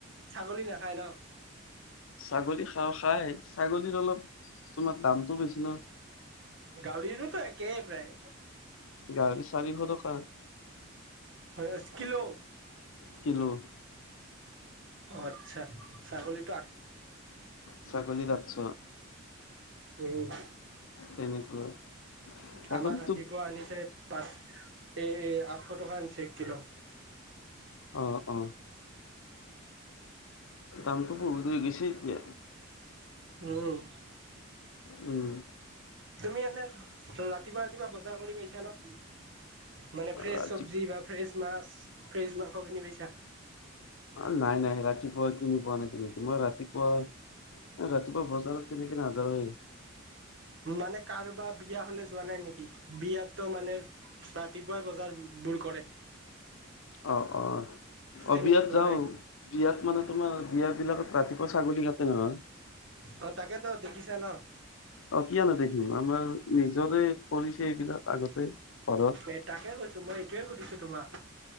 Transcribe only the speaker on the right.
ছাগলী নাখায় ন।
গাহৰিৰো ত একেই প্ৰায়।
হয় এচ কিলো।
অ আত্ছা ছাগলী-
উম।
আমাৰ ৰাতিপুৱা আনিছে পাঁচ এ এ আঠশ টকা আনিছে। কিলো
উম
তুমি এনে ৰাতিপুৱা, ৰাতিপুৱা বজাৰ কৰি পাইছা ন? মানে ফ্ৰেছ
চব্জি বা ফ্ৰেছ মাছ, ফ্ৰেছ মাংস কি পাইচা?
মানে কাৰোবাৰ বিয়া হ'লে যোৱা নাই নেকি? বিয়াটো মানে ৰাতিপুৱাই বজাৰবোৰ কৰে।
তেনেকুৱা
যোৱা
নাই
অ তাকেত, দেখিছা ন?
এ তাকে কৈছোঁ, মই এইটোয়ে সুধিছোঁ তোমাক।